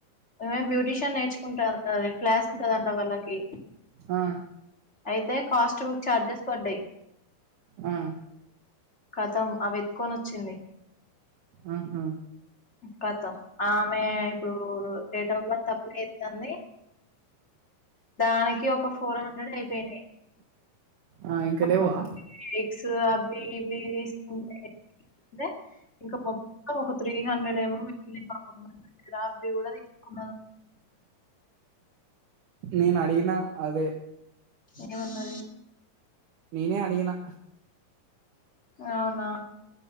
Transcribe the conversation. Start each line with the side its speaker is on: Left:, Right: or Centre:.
Left: ేం బ్యూటీషియన్ నేర్చుకుంటా అది క్లాస్ ఉంటదంట వాళ్ళకి
Right: ఆ
Left: అయితే కాస్ట్ బక్ చఛార్జెస్ పర్ డే
Right: ఆ
Left: కతం అవితుకొని వచ్చింది
Right: ఆహా
Left: కతం ఆమె ఇప్పుడు డేట్ ఆఫ్ బర్త్ అప్పుడు ఏతుంది దానికి ఒక ఫోర్ హండ్రెడ్ అయిపోయినాయి
Right: ఆ ఇంకాదేవా
Left: మా మమ్మీ ఎగ్స్ అవి ఇవి తీసుకుంటేే ఇంకా మొత్తం ఒక త్రీ హండ్రెడ్ ఏమో అ కూడా తీసుకు
Right: నేను అడిగిన అదే
Left: ఏ వన్నది
Right: ననే అడిగనా
Left: అవునా